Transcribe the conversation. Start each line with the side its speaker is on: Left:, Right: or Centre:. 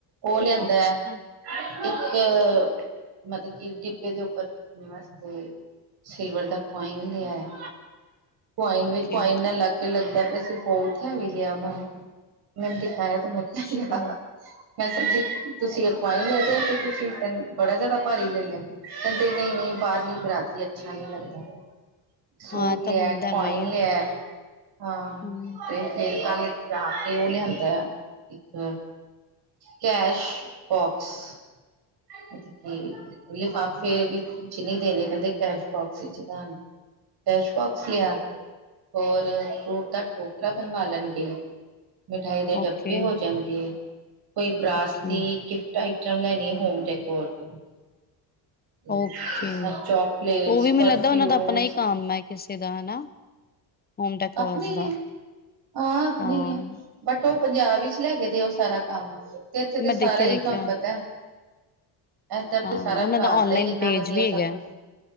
Right: ਉਹ ਲਿਆਦਾ
Left: ਅੱਛਾ
Right: ਇੱਕ ਮਤਲਬ ਕਿ ਡਿੱਬੇ ਦੇ ਉੱਪਰ ਰੱਖਣ ਵਾਸਤੇ ਸਿਲਵਰ ਦਾ ਕੁਆਈਨ ਨੀ ਆਯਾ ਕੁਆਇਨ
Left: ਓਕੇ
Right: ਵੀ ਕੁਆਇਨ ਨਾਲ ਲੱਗ ਕੇ ਲੱਗ ਕਹਿੰਦੇ ਸੀ ਬਹੁ <unintelligible> ਲਿਆ ਮੈਨੂੰ-ਮੈਨੂੰ ਦਿਖਾਇਆ ਤੇ ਮੈਂ
Left: ਅੱਛਾ
Right: ਕਿਹਾ ਮੈਂ ਸਮਝੀ ਤੁਸੀਂ <unintelligible> ਲੈ ਹੋ। ਤੁਸੀਂਕਣ ਬੜਾ ਜਿਆਦਾ ਭਾਰੀ ਲੈ ਲਿਆ, ਕਹਿੰਦੇ ਨਹੀਂ-ਨਹੀਂ ਬਾਹਰਲੀ ਬਰਾਦਰੀ ਅੱਛਾ ਨਹੀਂ ਲੱਗਦਾ। ਸੂਟ
Left: ਹਾਂ ਇਹ ਤਾਂ
Right: ਲਿਆ
Left: ਹੁੰਦਾ
Right: ਕੋਇਨ
Left: ਬਈ
Right: ਲਿਆ। ਹਾਂ
Left: ਹੂੰ
Right: ਤੇ ਫੇਰ ਕੱਲ ਜਾ ਕੇ ਉਹ ਲਿਆਂਦਾ, ਇੱਕ ਕੈਸ਼ ਬੋਕਸ <unintelligible> ਕੀ ਲਿਫਾਫੇ ਵਿੱਚ ਨਹੀਂ ਦੇਨੇ ਪੈਂਦੇ ਕੈਸ਼ਬੋਕਸ ਵਿਚ ਦਾ <unintelligible> ਡੈਸ਼ਬੋਕਸ ਲਿਆ। ਹੋਰ ਫਰੂਟ ਦਾ ਟੋਕਰਾ ਬਣਵਾ ਲੈਨਗੇ। ਮਿਠਾਈ ਦੇ ਡੱਬੇ
Left: ਓਕੇ
Right: ਹੋ ਜਨਗੇ। ਕੋਈ ਬਰਾਜ
Left: ਓਕੇ
Right: ਦੀ ਗਿਫਟ ਆਈਟਮ ਲੈਨੀ ਹੋਮ ਡੈਕੋਰ ਦੀ। ਤੇ
Left: ਓਕੇ
Right: ਚੋਕਲੇਟਸ
Left: ਉਹ ਵੀ ਮੈਨੂੰ
Right: ਪਰਫਿਊਮਸ।
Left: ਲੱਗਦਾ ਉਹਨਾਂ ਦਾ ਆਪਣਾ ਹੀ ਕੰਮ ਹੈ ਕਿਸੇ ਦਾ ਹਨਾ ਹੋਮ ਡੈਕੋਰਸ
Right: ਆਪਨੇ ਈ
Left: ਦਾ
Right: ਐ, ਹਾਂ ਅਪਨੇ
Left: ਹਾਂ
Right: ਈ ਐ, ਬਟ ਓਹ ਪੰਜਾਬ ਵਿੱਚ ਲੈ ਕੇ ਦੇ ਉਹ ਸਾਰਾ ਕੰਮ ਤੇ ਇੱਥੇ ਤੇ
Left: ਮੈਂ
Right: ਸਾਰਾ
Left: ਦੇਖਿਆ-ਦੇਖਿਆ
Right: ਹੀ ਤੁਹਾਨੂੰ ਪਤਾ ਹੈ। ਏਧਰ ਤੇ
Left: ਹਾਂ
Right: ਸਾਰਾ
Left: ਉਹਨਾਂ
Right: ਬਰਾਸ
Left: ਔਨਲਾਈਨ
Right: ਦਾ ਹੀ ਏਨਾ
Left: ਪੇਜ
Right: ਵਧੀਆ
Left: ਵੀ
Right: ਸਭ
Left: ਹੈਗਾ
Right: ਕੁਛ।